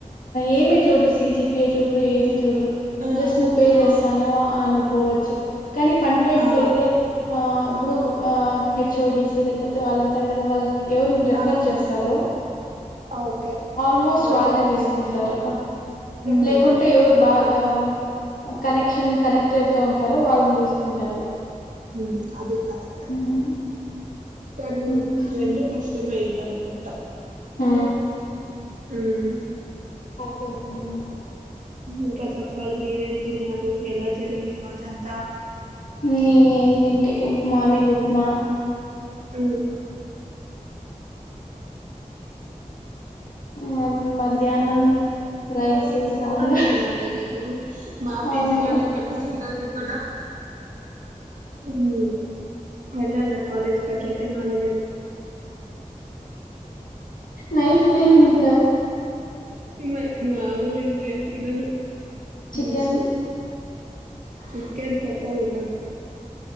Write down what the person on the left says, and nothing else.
ఏమి చూడరు సిజిపిఏ చూడరు ఏది చూడ్రు
జస్ట్ నువ్వు పే
చేస్తానవా అ నువ్ పోవచ్చు కానీ ఫండ్రెడ్
కై తే ఆ ఇప్పుడు ఆ హెచ్ఓడిస్ లేకపోతే వాళ్ళు ఉంటారు కదా వాళ్ ఎవరిని రెఫర్
చేస్తారో
ఆల్మోస్ట్
వాళ్ళనే
తీసుకుంటారు
లేకుంటే ఎవరు బాగా
కనెక్షన్ కనెక్టెడ్ లో ఉంటారో వాళ్ళని తీసుకుంటారు
మ్
మ్ హు
మ్
అంత అయిపోయినాయ
నేనెం తింటే ఉప్మా మార్నింగ్ ఉప్మా
మల్ మధ్యాహ్నం రైస్ సాంబార్
అవును
నైట్ కేంతింటావ్
చికెన్